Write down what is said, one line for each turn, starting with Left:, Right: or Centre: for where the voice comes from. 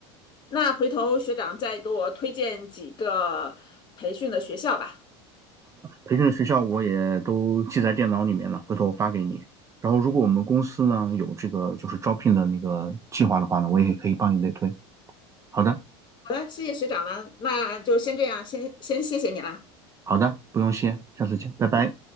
Left: 那回头学长再给我推荐几个培训的学校吧。
Right: 培训的学校我也都记在电脑里面了，回头我发给你。然后如果我们公司呢有这个就是招聘的那个计划的话呢，我也可以帮你内推。好的，
Left: 好的，谢谢学长了，那就先这样，先先谢谢你啦。
Right: 好的，不用谢，下次见，拜拜。
Left: 嗯。